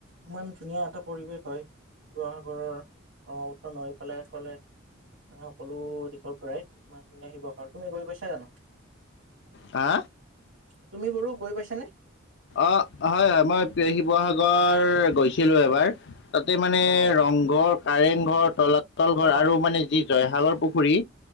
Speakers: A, on the right; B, on the left.
A: ইমান ধুনীয়া এটা পৰিৱেশ হয় শিৱসাগৰৰ ব্ৰহ্মপু- নৈফালে ফালে এফালে। মানে সকলো দিশৰ পৰাই ইমান ধুনীয়া শিৱসাগৰ তুমি গৈ পাইছা জানো?
B: হা?
A: তুমি বাৰো গৈ পাইছ-
B: অ হয় হয় মই শিৱসাগৰ গৈছিলো এবাৰ। তাতে মানে
A: অ
B: ৰংঘৰ, কাৰেং ঘৰ, তলাতল ঘৰ
A: অ
B: আৰু মানে যি জয় সাগৰ পুখুৰী